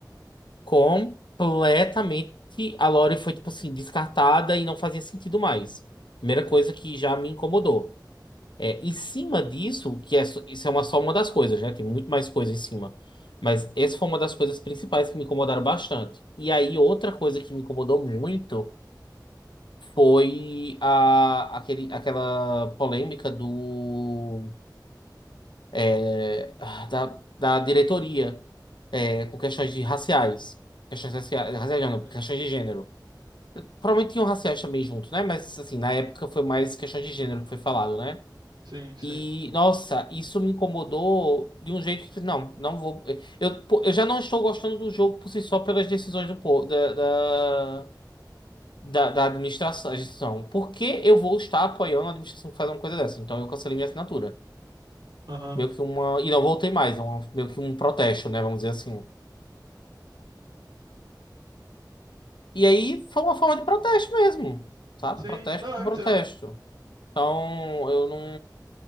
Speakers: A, on the left; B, on the right.
A: Completamente a lore foi, tipo assim, descartada e não fazia sentido mais. Primeira
B: sim,
A: coisa que já me incomodou. É, em cima disso, que é, só- isso é uma, só uma das coisas, né? Tem muito mais coisa em cima. Mas essa foi uma das coisas principais que me incomodaram bastante. E aí, outra coisa que me incomodou muito foi a, aquele, aquela polêmica do é, ah, da, da diretoria é, com questões de raciais. Questões raciais, raciais não, não,
B: sim,
A: questões de gênero. Provavelmente tinham raciais também junto, né? Mas, assim, na época foi mais questões de gênero que foi falado, né?
B: sim, sim.
A: E, nossa, isso me incomodou de um jeito que, não, não vou. Eu, pô, eu já não estou gostando do jogo por si só pelas decisões do povo, da, da, da, da administração. a Por que eu vou estar apoiando a administração que faz uma coisa dessa? Então eu cancelei minha assinatura.
B: Aham.
A: Meio que uma. E não voltei mais, é um- meio que um protesto, né? Vamos dizer assim. E aí foi uma forma de protesto mesmo, sabe?
B: Sim,
A: Protesto
B: não,
A: por
B: eu
A: protesto.
B: entendo.
A: Então eu não.